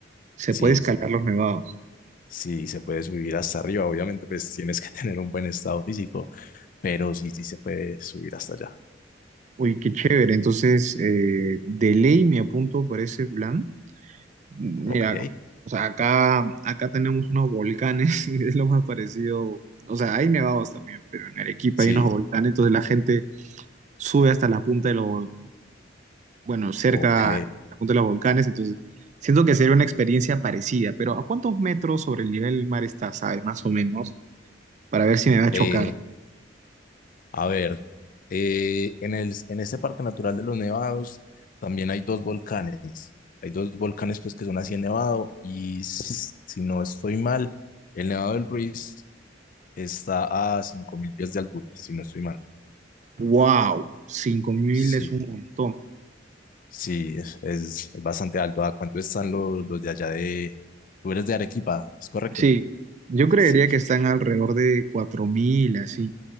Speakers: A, on the right (about 40°); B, on the left (about 45°).
A: Se
B: sí,
A: puede escalar los nevados.
B: sí se puede subir hasta arriba. Obviamente pues tienes que <laughs> tener un buen estado físico, pero sí, sí se puede subir hasta allá.
A: Uy, qué chévere. Entonces, eh, de ley me apunto para ese plan. Mira,
B: Ok,
A: o sea, acá, acá tenemos unos volcanes, <laughs> es lo más parecido. O sea, hay nevados también, pero en Arequipa
B: sí,
A: hay unos volcanes, entonces la gente sube hasta la punta de los, vol- bueno, cerca
B: ok.
A: a la punta de los volcanes, entonces siento que sería una experiencia parecida, pero ¿a cuántos metros sobre el nivel del mar está, sabes, más o menos, para ver si me va a chocar?
B: Eh, A ver, eh, en el, en este Parque Natural de los Nevados también hay dos volcanes. Hay dos volcanes pues que son así en Nevado y s- si, no estoy mal, el Nevado del Ruiz está a 5.000 pies de altura, si no estoy mal.
A: ¡Wow! cinco mil
B: Sí,
A: es un montón.
B: sí, es, es- es bastante alto. ¿A cuánto están los, los de allá de... Tú eres de Arequipa, ¿es correcto?
A: Sí, yo creería
B: Sí,
A: que están alrededor de 4.000 así.